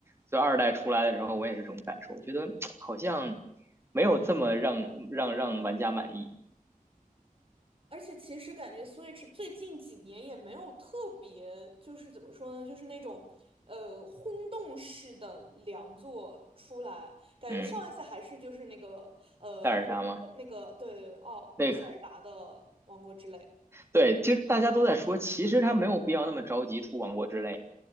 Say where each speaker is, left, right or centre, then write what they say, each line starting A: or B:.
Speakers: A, on the right (about 15°); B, on the right (about 40°).
A: 所以二代出来的时候，我也是这种感受，我觉得 <tsk> 好像没有这么让让让玩家满意。
B: 而且其实感觉 Switch 最近几年也没有特别，就是怎么说呢，就是那种呃轰动式的良作出来，感觉上一次还是就是那个呃任天那个对奥呃塞尔达的王国之泪。
A: 嗯，嗯塞尔达吗？那个。对，其实大家都在说，其实他没有必要那么着急出王国之泪，